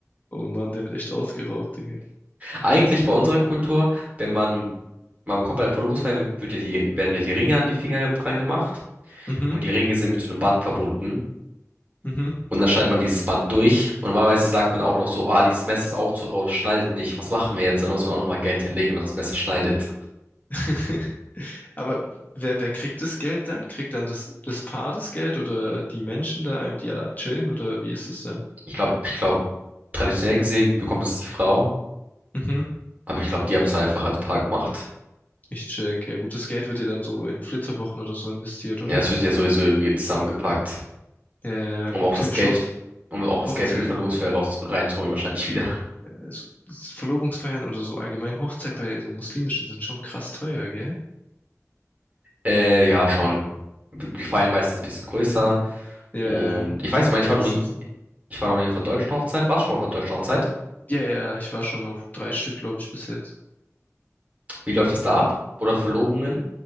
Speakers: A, on the left; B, on the right.
A: Oh Mann, der wird echt ausgeraubt, Digga.
B: Eigentlich bei unserer Kultur, wenn man Man bekommt bei der Verlobungsfeier wird, ja die, werden ja die Ringe an die Finger dran gemacht
A: Mhm,
B: und die Ringe sind mit so einem Band verbunden.
A: mhm.
B: Und dann schneidet man dieses Band durch. Und normalerweise sagt man auch noch so, ah, dieses Messer ist auch zu rau, das schneidet nicht. Was machen wir jetzt? Dann muss man auch nochmal Geld hinlegen, wenn man das Messer schneidet.
A: <laughs> Aber wer, wer kriegt das Geld dann? Kriegt dann das, das Paar das Geld oder die Menschen da, die alle chillen oder wie ist es da?
B: Ich glaube, ich glaube, traditionell gesehen bekommt es die Frau,
A: Mhm,
B: aber ich glaube, die haben es einfach als Paar gemacht.
A: ich check. Ja gut, das Geld wird ja dann so in Flitterwochen oder so investiert, oder?
B: Ja, es wird ja sowieso irgendwie zusammengepackt,
A: Ja, ja, ja,
B: um
A: gut,
B: auch
A: türkische
B: das Geld,
A: Hoch
B: um auch das
A: Hochzeiten,
B: Geld für die Verlobungsfeier raus, reinzuholen, wahrscheinlich wieder.
A: äh, so, s- Verlobungsfeiern oder so, allgemein Hochzeit bei so muslimischen sind schon krass teuer, gell?
B: Äh, ja, schon. Die die feiern meistens ein bisschen größer.
A: Ja,
B: Und ich weiß, ich meine,
A: die
B: ich
A: ganzen.
B: war noch nie
A: sind.
B: Ich war noch nie auf einer deutschen Hochzeit. Warst du schon mal auf einer deutschen Hochzeit?
A: Ja, ja, ich war schon auf drei Stück, glaube ich, bis jetzt.
B: Wie läuft das da ab? Oder Verlobungen?